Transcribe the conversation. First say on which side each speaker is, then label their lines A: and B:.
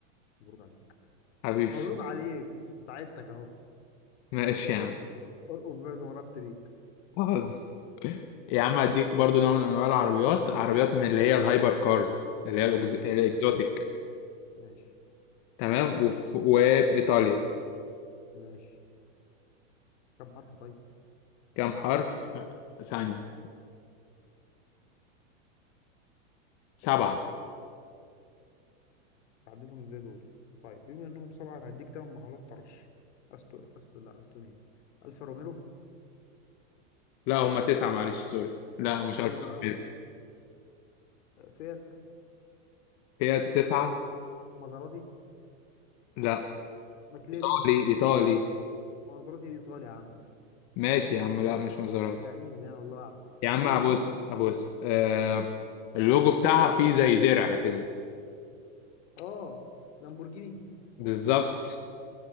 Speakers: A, on the left; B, on the left.
A: مبروك عليك
B: حبيبي
A: مبروك عليك ساعدتك اهو
B: ماشي يا
A: ارقف
B: عم
A: ارقف ارقف بقى زي ما رفت بيك
B: آه، يا عم اديك برضو نوع من انواع العربيات عربيات من اللي هي الهايبر كارز اللي هي الأجز... الاكزوتيك
A: ماشي
B: تمام وفي... وفي ايطاليا
A: ماشي كم حرف طيب
B: كام حرف ثانية سبعة
A: تعديلهم ازاي دول طيب بما انهم سبعه أنا هديك تمن محاولات طرش استو استو لا استونين الفا روميرو
B: لا هما تسعة معلش سوري لا مش عارف
A: حلو قوي
B: أعمل.
A: فيات
B: هي تسعة
A: مازراتي
B: لا
A: ماكلارين
B: ايطالي ايطالي
A: مازراتي الايطالي يا عم
B: ماشي يا عم لا مش مزاراتي
A: آه، تقريبا يعني والله اعلم
B: يا
A: ماكلارين
B: عم ابص ابص آه... اللوجو بتاعها فيه زي درع كده
A: اه لامبورجيني
B: بالظبط